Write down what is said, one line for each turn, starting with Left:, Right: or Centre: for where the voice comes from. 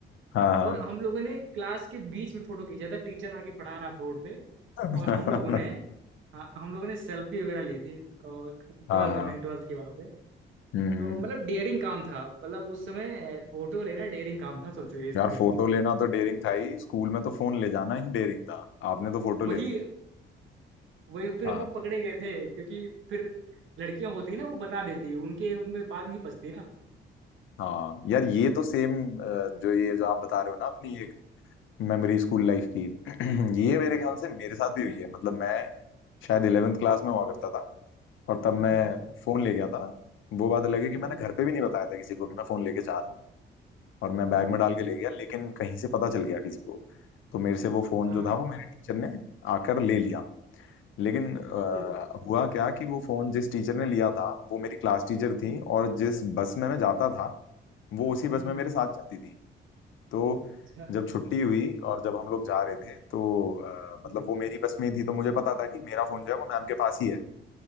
Left: हाँ हाँ
Right: और हम लोगों ने क्लास के बीच में फोटो खींचा था टीचर आके पढ़ा रहा बोर्ड पे
Left: <laughs>
Right: और हम लोगों ने हाँ, हम लोगों ने सेल्फी वगैरह ली थी और ट्वेल्थ
Left: हाँ हाँ
Right: में ट्वेल्थ की वहाँ पे
Left: हम्म हम्म।
Right: तो मतलब डेयरिंग काम था मतलब उस समय फोटो लेना डेयरिंग काम था सोचो इस
Left: यार
Right: तरीके
Left: फोटो
Right: से
Left: लेना तो डेयरिंग था ही स्कूल में तो फोन ले जाना ही डेयरिंग था आपने तो फोटो
Right: वही
Left: ले ली
Right: वही फिर
Left: हाँ
Right: हम लोग पकड़े गए थे क्योंकि फिर लड़कियां होती है ना वो बता देती है उनके उनमें बात नहीं पचती ना
Left: हाँ यार ये तो सेम जो ये जो आप बता रहे हो ना अपनी एक मेमोरी स्कूल लाइफ की <clears throat> ये मेरे ख्याल से मेरे साथ भी हुई है मतलब मैं शायद इलेवेंथ क्लास में हुआ करता था और तब
Right: हाँ।
Left: मैं फोन ले गया था वो बात अलग है कि
Right: हम्म,
Left: मैंने घर पे भी नहीं बताया था किसी को कि मैं फोन लेके जा रहा हूँ और मैं
Right: हाँ
Left: बैग में डाल के ले गया लेकिन कहीं से पता चल गया किसी को तो मेरे से वो फोन
Right: हाँ
Left: जो था वो मेरे टीचर ने आकर ले लिया लेकिन अ,
Right: फिर,
Left: हुआ क्या कि वो फोन जिस टीचर ने लिया था वो मेरी क्लास टीचर थी
Right: हम्म,
Left: और जिस बस में मैं जाता था वो उसी बस
Right: हम्म,
Left: में मेरे साथ जाती थी तो
Right: अच्छा,
Left: जब छुट्टी हुई और जब हम लोग जा रहे थे तो अ, मतलब
Right: हाँ
Left: वो मेरी बस में ही थी तो मुझे पता था कि मेरा फोन जो है वो मैम के पास ही है